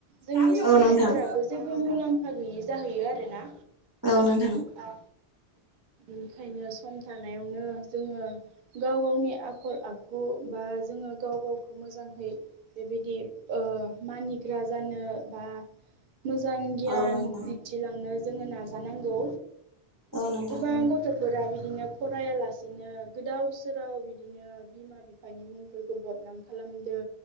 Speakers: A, on the right; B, on the right.
A: जोंनि
B: औ
A: साननायफोराबो
B: नोंथां
A: जेबो मुलाम्फा गैयि जाहो होयो आरो ना
B: औ नोंथां औ नोंथां
A: औ ओखायनो सम था नायावनो जोङो गाव गावनि आखु आखल आखु बा जोङो गाव गाव मोजांहै बेबायदि ओ मानिग्रा जानो बा मोजां गियान
B: औ नोंथां
A: दिन्थिलांनो जोङो‌ नाजा नांगौ
B: औ नोंथां औ
A: ओ
B: नोंथां
A: गोबां गथ' फोरा बिदिनो फरायालासेनो गोदाव सोराव बिदिनो बिमा बिफानि मुंफोरखौ बदनाम खालामदों